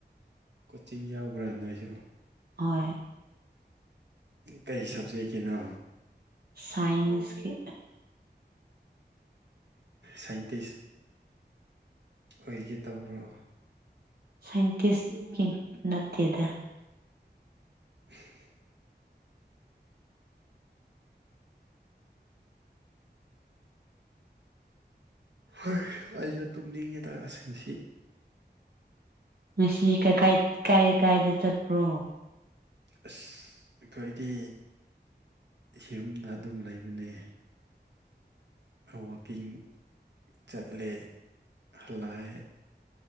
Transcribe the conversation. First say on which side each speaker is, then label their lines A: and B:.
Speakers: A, on the right; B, on the right.
A: ꯀꯣꯆꯤꯡ ꯌꯥꯎꯕ꯭ꯔꯥ ꯅꯣꯏꯁꯨ
B: ꯍꯣꯏ
A: ꯀꯩ ꯁꯕꯖꯦꯛꯀꯤꯅꯣ
B: ꯁꯥꯏꯟꯁꯀꯤ
A: ꯁꯥꯏꯟꯇꯤꯁ ꯑꯣꯏꯒꯦ ꯇꯧꯕ꯭ꯔꯣ
B: ꯁꯥꯏꯟꯇꯤꯁꯀꯤ ꯅꯠꯇꯦꯗ
A: <unintelligible> ꯍꯣꯏ ꯑꯩꯁꯨ ꯇꯨꯝꯅꯤꯡꯉꯤꯗꯁꯤꯡ ꯑꯁꯤ
B: ꯉꯁꯤ ꯀꯥꯏ ꯀꯥꯏꯗ ꯀꯥꯏꯗ ꯆꯠꯄ꯭ꯔꯣ
A: ꯑꯁ ꯑꯩꯈꯣꯏꯗꯤ ꯌꯨꯝꯗ ꯑꯗꯨꯝ ꯂꯩꯕꯅꯤ ꯋꯥꯋꯀꯤꯡ ꯆꯠꯂꯦ ꯍꯜꯂꯑꯦ